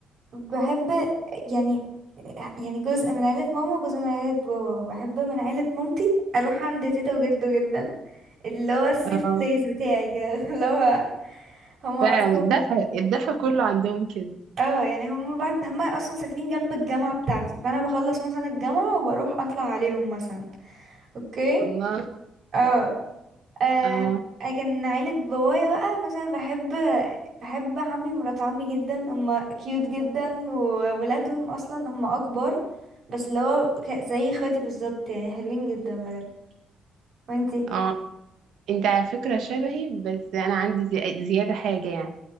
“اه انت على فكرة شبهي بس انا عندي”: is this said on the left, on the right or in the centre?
Right